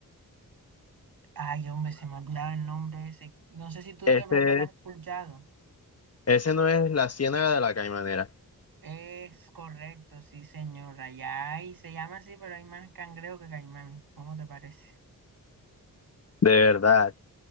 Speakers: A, on the right (about 80°); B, on the left (about 45°).
A: ay hombre, se me ha olvidado el nombre ese. No sé si tú
B: Ese,
A: de pronto lo has escuchado.
B: ese no es la Ciénaga de la Caimanera,
A: Es correcto, sí señora Allá hay, se llama así, pero hay más cangrejo que caimán. ¿Cómo te parece?
B: de verdad.